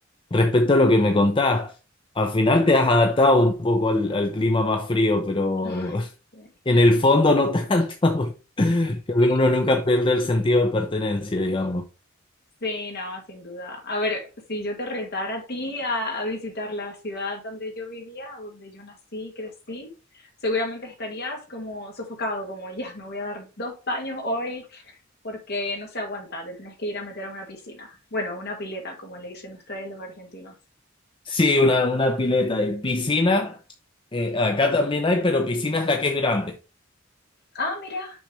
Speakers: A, on the left; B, on the left.
A: respecto a lo que me contás, al final te has adaptado un poco al, al clima más frío, pero
B: Ay,
A: <laughs>
B: sí,
A: en el fondo no tanto. <laughs> porque Creo
B: sí.
A: que uno nunca pierde el sentido de pertenencia, digamos.
B: Sí, no, sin duda. A ver, si yo te retara a ti a, a visitar la ciudad donde yo vivía, donde yo nací y crecí, seguramente estarías como sofocado, como ya, me voy a dar dos baños hoy porque no se aguanta, te tienes que ir a meter a una piscina. Bueno, una pileta, como le dicen ustedes los argentinos.
A: Sí, una, una pileta y piscina. eh, acá también hay, pero piscina es la que es grande.
B: Ah, mira,